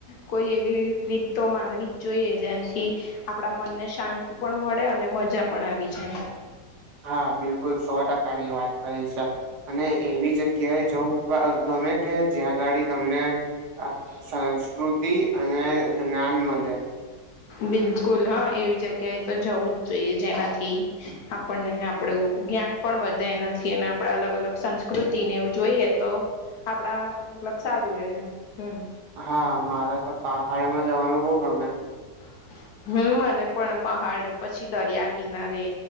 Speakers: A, on the left; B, on the right.
A: કોઈ એવી ટીપ તો મારવી જ જોઈએ જેથી આપડા મને શાંતિ પણ મળે અને મજા પણ આવી જાય
B: હા બિલકુલ સો ટકા ની વાત કરી છે અને એવી જગ્યાએ જવું ગમે કે જ્યાં ગાડી તમને અ સંસ્કૃતિ અને જ્ઞાન મળે
A: બિલકુલ હા એવી જગ્યાએ તો જવું જ જોઈએ જેનાથી આપણને આપડું જ્ઞાન પણ વધે એના અને આપણેે અલગ અલગ સંસ્કૃતિને એવું જોઈએ તો આપડા મતલબ સારું રે એમ હમ
B: હા મારેતો પહાડમાં જવાનું બહુ ગમે
A: <inaudible> હમ મને પણ પહાડ પછી દરિયા કિનારે